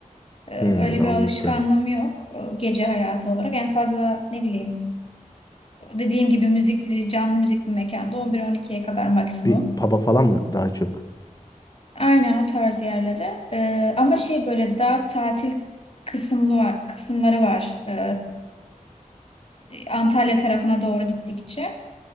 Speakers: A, on the left (about 45°); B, on the left (about 25°).
A: E,
B: Hmm,
A: öyle
B: anladım.
A: bir alışkanlığım yok e, gece hayatı olarak. En fazla ne bileyim dediğim gibi müzikli, canlı müzikli mekanda 11-12'ye kadar maksimum.
B: Bir pub'a falan mı daha çok?
A: Aynen o tarz yerlere. E, ama şey böyle daha tatil kısımlı var, kısımları var. E, Antalya tarafına doğru gittikçe.